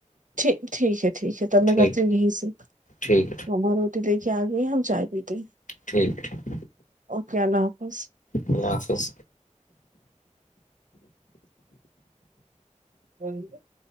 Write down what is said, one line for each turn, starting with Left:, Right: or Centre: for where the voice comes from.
Right: یک ٹھیک ہے ٹھیک ہے تب میں
Left: ٹھیک
Right: کرتی ہوں یہی سے
Left: ٹھیک
Right: ہمار روٹی لے کے آ گئی ہم چائے پیتے
Left: ٹھیک ہےٹھیک
Right: اوکے اللہ حافظ
Left: اللہ حافظ
Right: ب <inaudible>